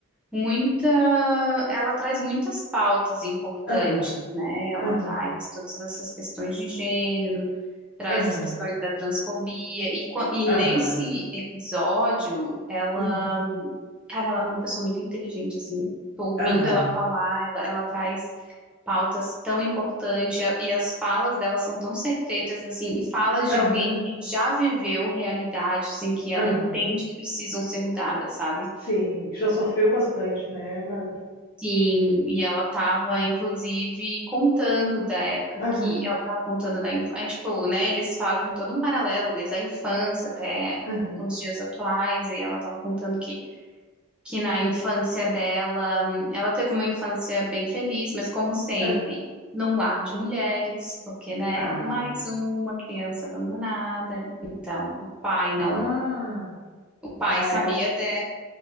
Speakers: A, in the centre; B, on the left (about 45°).
A: muita, ela traz muitas pautas importantes,
B: aham,
A: né? Ela
B: aham,
A: traz todas essas questões de gênero, traz
B: aham,
A: as questões da transfobia. E, qua- e nesse
B: aham,
A: episódio, ela,
B: aham,
A: cara, ela é uma pessoa muito inteligente, assim. Tô ouvindo
B: aham,
A: ela falar, ela, ela traz pautas tão importantes e a- e as falas delas são tão certeiras, assim, falas
B: aham,
A: de alguém que já viveu realidades em que
B: aham.
A: ela entende que precisam ser mudadas, sabe?
B: Sim, já sofreu bastante, né, Bárbara?
A: Sim, e ela estava
B: É.
A: inclusive, contando da época
B: Aham,
A: que ela estava contando da infância, aí, tipo, né, eles fazem todo um paralelo, desde a infância até
B: aham,
A: os dias atuais, e ela estava contando que que na infância dela, hum, ela teve uma infância bem feliz, mas como sempre,
B: aham.
A: num lar de mulheres, porque, né,
B: Ah.
A: mais uma criança abandonada. Então, o pai não,
B: Ah,
A: o pai
B: ela
A: sabia
B: é. o-
A: até,